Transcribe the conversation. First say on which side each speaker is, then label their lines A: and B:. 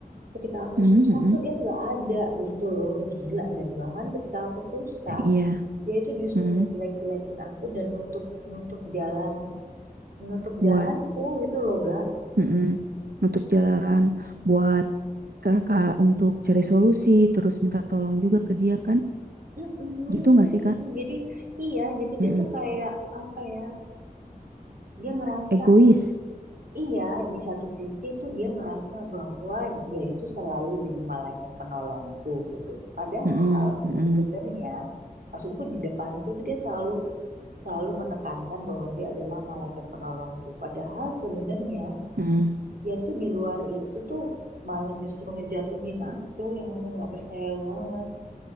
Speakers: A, on the right; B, on the right.
A: ketika aku
B: Mm-mm.
A: susah tuh dia nggak ada gitu loh, gila. Dan bahkan ketika aku susah
B: iya
A: dia itu justru
B: Mm-mm.
A: ngejelek-jelekin aku dan nutup nutup jalan nutup
B: buat
A: jalanku gitu loh, Ga.
B: mm-mm. nutup jalan buat kakak untuk cari solusi terus minta tolong juga ke dia kan
A: Mm-mm,
B: gitu nggak
A: mm-mm.
B: sih kak
A: Jadi iya, jadi dia
B: Mm-mm.
A: tuh kayak apa ya? Dia ngerasa
B: egois
A: iya di satu sisi tuh dia ngerasa bahwa dia itu selalu jadi malaikat penolongku gitu. Padahal
B: Mm-mm, mm-mm,
A: sebenarnya maksudku di depanku tuh dia selalu selalu menekankan bahwa dia adalah malaikat penolongku. Padahal sebenarnya
B: mm-mm,
A: dia tuh di luar itu tuh malah justru ngejatuhin aku yang aku nggak percaya banget.